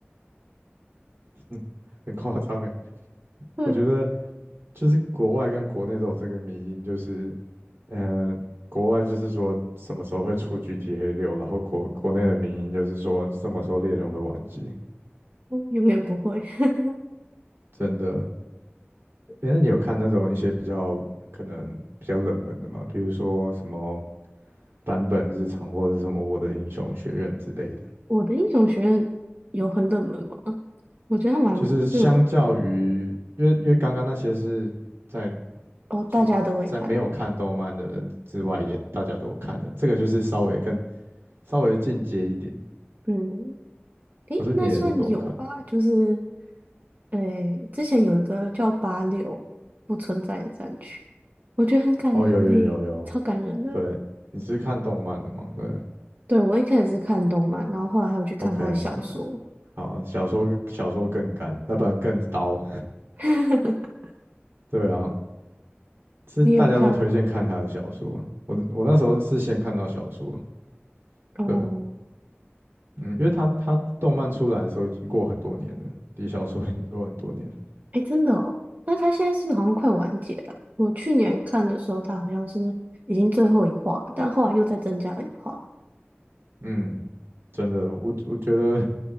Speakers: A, on the right; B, on the right.
A: <laughs> 嗯，很夸张哎。
B: 对啊，
A: 我觉得就是国外跟国内都有这个迷因，就是嗯，国外就是说什么时候会出 GTA 六，然后国国内的民音就是说什么时候猎人会完结。
B: 嗯永远不会。<laughs>
A: 真的，诶，那你有看那种一些比较可能比较冷门的吗？比如说什么版本日常或者什么我的英雄学院之类的。
B: 我的英雄学院有很冷门吗？我觉得它蛮热门
A: 就是相较于，因为因为刚刚那些是在
B: 哦，大家都会看的。
A: 出在没有看动漫的人之外也，大家都有看的，这个就是稍微更稍微进阶一点。
B: 嗯，诶，
A: 我说你也是都有看
B: 那算有吧，就是诶，之前有一个叫八六不存在的战区，我觉得很感人呢、
A: 哦，有有有有，
B: 超感人的。
A: 对，你是看动漫的吗？对
B: 对，我一开始是看动漫，然后后来还有去看他的小说。
A: ，OK，好，小说小说更干，啊不更刀，
B: <laughs>
A: <laughs> 对啊，是大家都推荐看他的小说。
B: 你也有看？
A: 我我那时候是先看到小说，
B: 哦，
A: 对，嗯，因为他他动漫出来的时候已经过很多年了，离小说已经过很多年，
B: 哎，真的哦。那他现在是不是好像快完结了？我去年看的时候，他好像是已经最后一话了，但后来又再增加了一话。
A: 嗯，真的，我我觉得